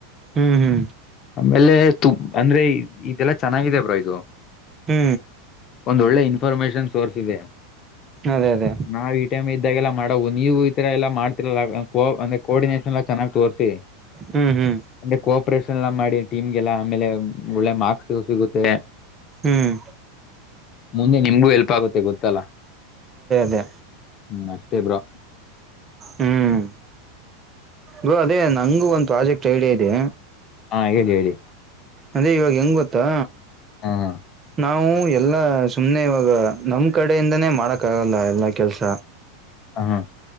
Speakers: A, on the right (about 25°); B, on the left (about 40°).
A: ಹ್ಮ ಹ್ಮ.
B: ಆಮೇಲೆ ತು ಅಂದ್ರೆ ಇದೆಲ್ಲಾ ಚೆನ್ನಾಗಿದೆ ಬ್ರ ಇದು.
A: ಹ್ಮ.
B: ಒಂದ ಒಳ್ಳೆ ಇನ್ಫಾರ್ಮೇಶನ್ ಸೋರ್ಸ್ ಇದೆ
A: ಅದೇ ಅದೇ
B: ನಾ ಈ ಟೈಮ್ ಇದ್ದಾಗೆಲ್ಲ ಮಾಡವ ನೀವು ಈತರ ಎಲ್ಲಾ ಮಾಡ್ತಿರಲ್ಲ ಆಗ ಅಂದೆ ಕೋಆರ್ಡಿನೇಷನ್ ಎಲ್ಲಾ ಚೆನ್ನಾಗ ತೋರಸಿ.
A: ಹ್ಮ್ ಹ್ಮ್
B: ಅಂದ ಕೋಆಪರೇಷನ್ ಎಲ್ಲ ಮಾಡಿ ಟೀಮ್ಗೆಲ್ಲ ಆಮೇಲೆ ಒಳ್ಳೆ ಮಾಕ್ಸ ಸಿಗುತ್ತೆ.
A: ಹ್ಮ್
B: ಮುಂದೆ ನಿಮ್ಗೂ ಹೇಲ್ಪ್ ಆಗುತ್ತೆ ಗೊತ್ತಲ್ಲ.
A: ದೆ
B: ಹ್ಮ್ ಅಷ್ಟೇ ಬ್ರೋ
A: ಹ್ಮ ಗ ಅದೇ ಹಂಗು ಒಂದ ಪ್ರಾಜೆಕ್ಟ್ ಐಡ ಇದೆ.
B: ಹ್ಞಾ ಹೇಳಿ ಹೇಳಿ.
A: ಅದೇ ಇವಾಗ ಹೆಂಗ ಗೊತ್ತಾ.
B: ಹ್ಞಾ.
A: ನಾವು ಎಲ್ಲಾ ಸುಮ್ನೆ ಇವಾಗ ನಮ್ ಕಡೆಯಿಂದನೇ ಮಾಡಕ್ ಆಗಲ್ಲ ಎಲ್ಲಾ ಕೆಲ್ಸ.
B: ಹ್ಞಾ.